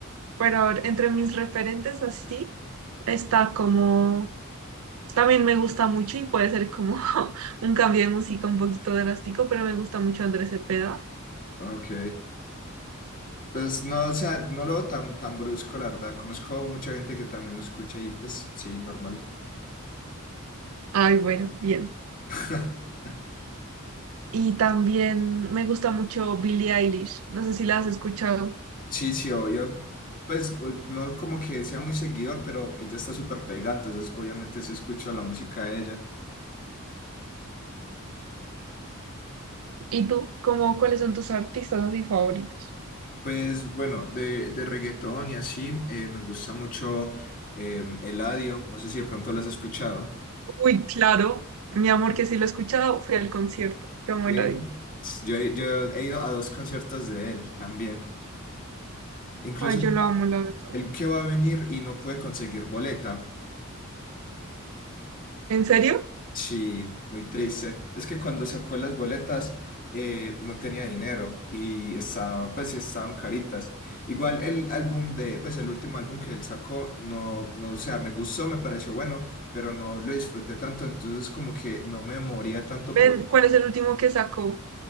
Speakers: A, on the right (about 70°); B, on the left (about 40°).
A: pero a ver, entre mis referentes así está como... También me gusta mucho y puede ser como <laughs> un cambio de música un poquito drástico, pero me gusta mucho Andrés Cepeda.
B: Ok. Pues no, o sea, no lo veo tan, tan brusco, la verdad. Conozco mucha gente que también lo escucha y pues sí, normal.
A: Ay, bueno, bien.
B: <laughs>
A: Y también me gusta mucho Billie Eilish. No sé si la has escuchado.
B: Sí, sí, obvio. Pues o- no como que sea muy seguidor, pero ella está súper pega, entonces obviamente sí escucho la música de ella.
A: ¿Y tú? ¿Cómo, cuáles son tus artistas así favoritos?
B: Pues bueno, de, de reggaetón y así, eh, me gusta mucho eh, Eladio, no sé si de pronto lo has escuchado.
A: Uy, claro. Mi amor, que sí lo he escuchado, fui al concierto. Yo me
B: Que
A: la di.
B: yo, he- yo he ido a dos conciertos de él también. Incluso
A: Ay, yo la amo, la verdad.
B: el que va a venir y no puede conseguir boleta.
A: ¿En serio?
B: Sí, muy triste. Es que cuando sacó las boletas eh, no tenía dinero y estaba, pues sí estaban caritas. Igual el álbum de, pues el último álbum que él sacó, no, no, o sea, me gustó, me pareció bueno, pero no lo disfruté tanto, entonces como que no me moría tanto
A: Ven,
B: por
A: ¿cuál es el último que sacó?